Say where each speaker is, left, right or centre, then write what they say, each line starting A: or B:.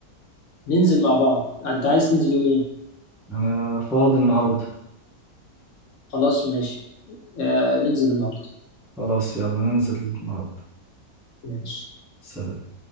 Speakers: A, on the left (about 60°); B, in the centre.
A: ننزل مع بعض انت عايز تنزل يوم ايه
B: أنا فاضي النهاردة
A: خلاص ماشي آه ننزل النهارده
B: خلاص يلا ننزل النهاردة
A: ماشي
B: سلام